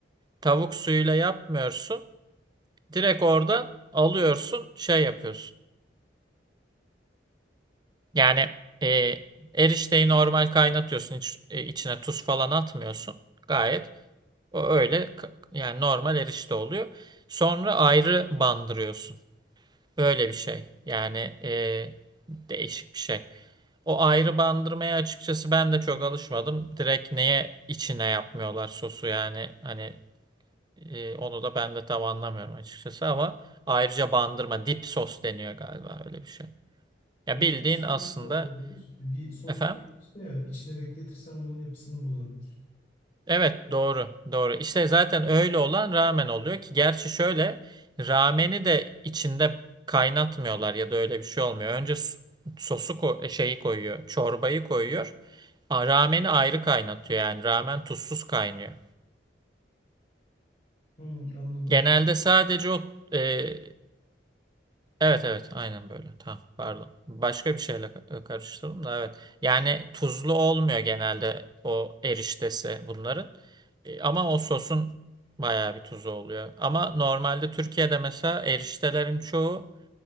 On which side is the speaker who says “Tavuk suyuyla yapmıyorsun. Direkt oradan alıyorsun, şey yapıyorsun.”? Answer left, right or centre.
Right